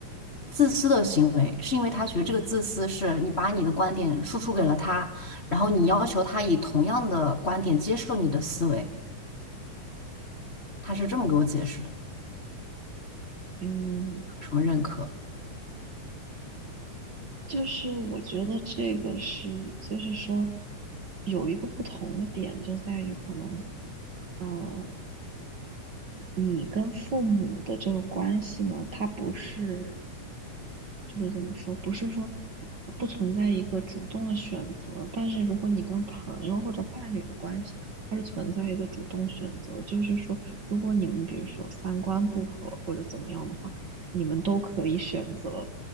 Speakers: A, on the left; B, on the right.
A: 自私的行为，是因为他觉得这个自私是你把你的观点输出给了他，然后你要求他以同样的观点接受你的思维，他是这么给我解释的，
B: 嗯，
A: 什么认可，
B: 就是我觉得这个是，就是说有一个不同的点就在于可能，呃，你跟父母的这个关系呢，他不是。就是怎么说，不是说不存在一个主动的选择，但是如果你跟朋友或者伴侣的关系，它是存在一个主动选择，就是说，如果你们比如说三观不合或者怎么样的话，你们都可以选择